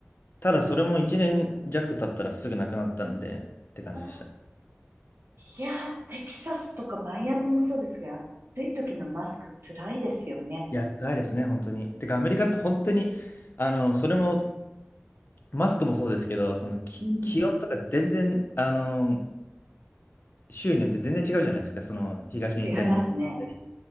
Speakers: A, on the left (about 55°); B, on the right (about 65°).
A: ただそれも1年弱経ったらすぐなくなったので、って感じでした。
B: あー
A: い
B: いやー、テキサスとかマイアミもそうですけど、暑い時のマスクつらいですよね。
A: や、辛いですね、本当に。てか、アメリカって本当に、あの、それも、マスクもそうですけど、その、き気温とか全然、
B: うん。
A: あの、州によって全然違うじゃないですか、その東に行ったり西に行ったり。
B: 違いますね。